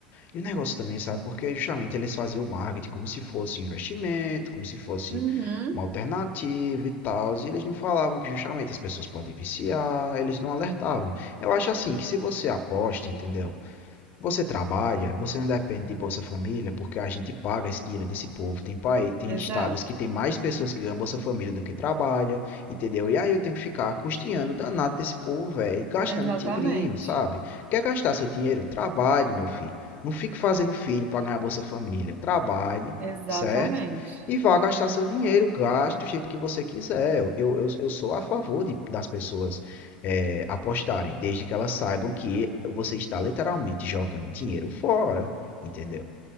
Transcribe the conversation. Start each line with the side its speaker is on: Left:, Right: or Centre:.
Left: E o negócio também, sabe? Porque justamente eles faziam o marketing como se fosse um investimento, como se fosse
Right: Uhum,
Left: uma alternativa e tal. E eles não falavam que justamente as pessoas podem viciar, eles não alertavam. Eu acho assim que se você aposta, entendeu? Você trabalha, você não depende de Bolsa Família, porque a gente paga esse dinheiro desse povo. Tem país, tem
Right: exato.
Left: estados que tem mais pessoas que ganham Bolsa Família do que trabalha, entendeu? E aí eu tenho que ficar custeando o danado desse povo, velho, gastando
Right: Exatamente.
Left: em tigrinho, sabe? Quer gastar seu dinheiro? Trabalhe, meu filho. Não fique fazendo filho para ganhar Bolsa Família. Trabalhe,
Right: Exatamente.
Left: certo? E vá gastar seu dinheiro, gaste do jeito que você quiser. Eu, eu, eu, sou a favor de, das pessoas é, apostarem, desde que elas saibam que você está literalmente jogando dinheiro fora, entendeu?